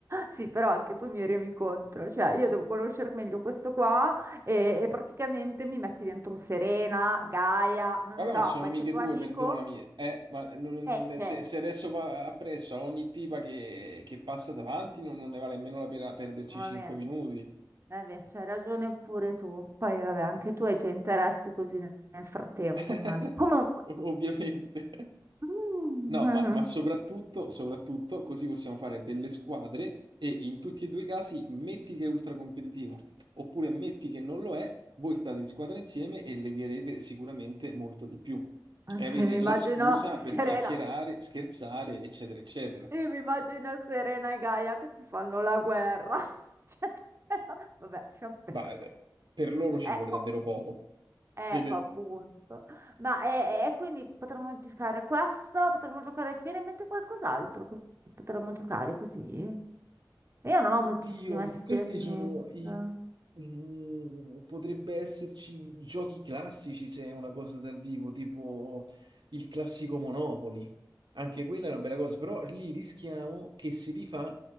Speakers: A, on the right; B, on the right.
A: Sì, però anche tu mi remi contro, cioè io devo conoscere meglio questo qua e, e praticamente mi metti dentro Serena, Gaia, non
B: Vabbè,
A: so,
B: ma sono
A: qualche
B: amiche
A: tuo
B: tue,
A: amico.
B: perdonami. Eh, ma non-
A: Eh,
B: non-
A: cioè,
B: se, se adesso va appresso a ogni tipa che, che passa davanti, non, non ne vale nemmeno la pena perderci
A: vabbè,
B: cinque minuti.
A: vabbè, c'hai ragione pure tu. Poi, vabbè, anche tu hai i tuoi interessi così nel nel frattempo,
B: <laughs>
A: immagino. Comunque,
B: Ovviamente.
A: mm,
B: No, ma, ma soprattutto, soprattutto così possiamo fare delle squadre e in tutti e due i casi metti che è ultracompetitivo, oppure metti che non lo è, voi state in squadra insieme e legherete sicuramente molto di più.
A: <laughs>
B: E
A: se
B: avete
A: mi immagino
B: la scusa
A: Serena,
B: per chiacchierare, scherzare, eccetera, eccetera.
A: io mi immagino Serena e Gaia che si fanno la guerra. <laughs> Cioè, vabbè, lasciamo perdere.
B: Ma eh, per loro ci
A: Eh,
B: vuole davvero poco.
A: Ecco
B: Quindi
A: appunto. Ma e, e quindi potremmo giocare a questo, potremmo giocare, ti viene in mente qualcos'altro? che Potremmo giocare così? Io non ho
B: Oddio,
A: moltissima esperienza.
B: questi sono i... mm, potrebbe esserci giochi classici se è una cosa dal vivo, tipo il classico Monopoli. Anche quella è una bella cosa, però lì rischiamo che si rifà